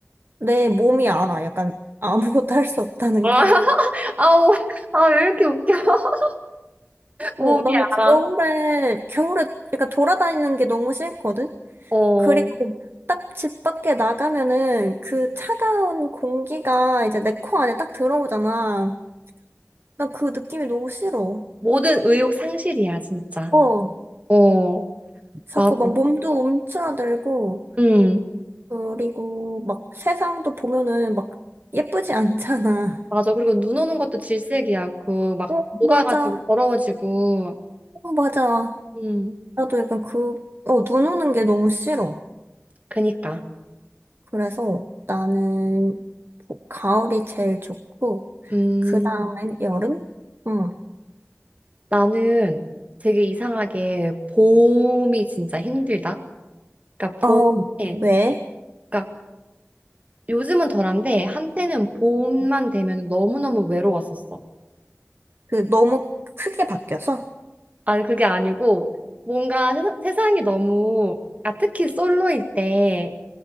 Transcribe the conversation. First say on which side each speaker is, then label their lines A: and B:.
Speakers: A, on the right; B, on the right.
A: 내 몸이 알아. 약간 아무것도 할 수 없다는
B: <laughs>
A: 걸.
B: 아우, 아, 왜 이렇게 웃겨? <laughs> 몸이
A: 어, 나는
B: 알아.
A: 겨울에, 겨울에, 그러니까 돌아다니는 게 너무 싫거든?
B: 어, 어.
A: 그리고 딱 집 밖에 나가면은 그 차가운 공기가 이제 내 코 안에 딱 들어오잖아. 나 그 느낌이 너무 싫어.
B: 모든 의욕 상실이야, 진짜.
A: 어,
B: 어,
A: 자꾸
B: 맞아.
A: 막 몸도 움츠러들고,
B: 응,
A: 그리고 막 세상도 보면은 막 예쁘지 않잖아.
B: 맞아. 그리고 눈 오는 것도 질색이야. 그, 막,
A: 어,
B: 녹아가지고,
A: 맞아.
B: 더러워지고.
A: 어, 맞아.
B: 음,
A: 나도 약간 그, 어, 눈 오는 게 너무 싫어.
B: 그니까.
A: 그래서 나는 보- 가을이 제일 좋고,
B: 음,
A: 그 다음엔 여름? 응.
B: 나는 되게 이상하게 봄이 진짜 힘들다. 그러니까 봄에,
A: 어, 왜?
B: 그러니까 요즘은 덜한데 한때는 봄만 되면 너무너무 외로웠었어.
A: 그 너무 크게 바뀌어서?
B: 아니 그게 아니고 뭔가 세상- 세상이 너무 아 특히 솔로일 때